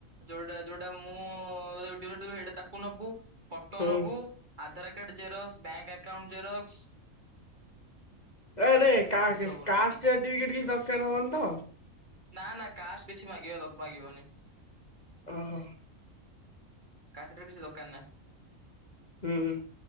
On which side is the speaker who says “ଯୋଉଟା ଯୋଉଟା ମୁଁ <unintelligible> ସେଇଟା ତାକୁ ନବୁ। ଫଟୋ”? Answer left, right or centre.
Right